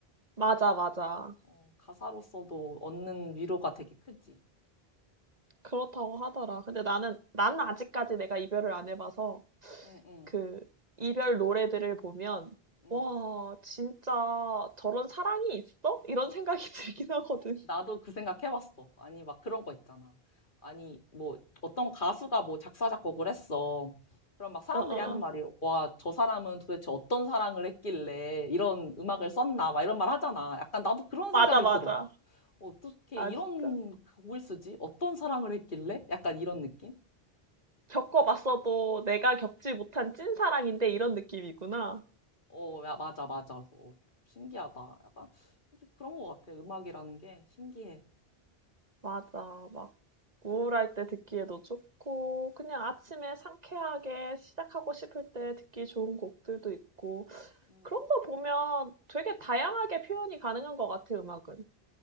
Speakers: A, on the right (about 45°); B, on the left (about 55°).
A: 맞아 맞아.
B: 어, 가사로서도 얻는 위로가 되게 크지.
A: 그렇다고 하더라. 근데 나는, 나는 아직까지 내가 이별을 안 해봐서
B: 응, 응,
A: 그 이별 노래들을 보면
B: 응.
A: 와, 진짜 저런 사랑이 있어? 이런 생각이 <laughs> 들긴 하거든.
B: 어, 나도 그 생각 해봤어. 아니, 막 그런 거 있잖아. 아니, 뭐, 어떤 가수가 뭐 작사, 작곡을 했어. 그럼 막 사람들이
A: 어, 어,
B: 하는
A: 어.
B: 말이, 와, 저 사람은 도대체 어떤 사랑을 했길래 이런 음악을 썼나, 막 이런 말 하잖아. 약간 나도 그런
A: 맞아,
B: 생각이
A: 맞아.
B: 들어. 어떻게
A: 아,
B: 이런
A: 진짜.
B: 곡을 쓰지? 어떤 사랑을 했길래? 약간 이런 느낌?
A: 겪어봤어도 내가 겪지 못한 찐 사랑인데 이런 느낌이구나.
B: 어, 야, 맞아, 맞아. 그래서 어, 신기하다. 약간 그런 것 같아. 음악이라는 게 신기해.
A: 맞아. 막 우울할 때 듣기에도 좋고, 그냥 아침에 상쾌하게 시작하고 싶을 때 듣기 좋은 곡들도 있고.
B: 음,
A: 그런 거 보면 되게 다양하게 표현이 가능한 것 같아, 음악은.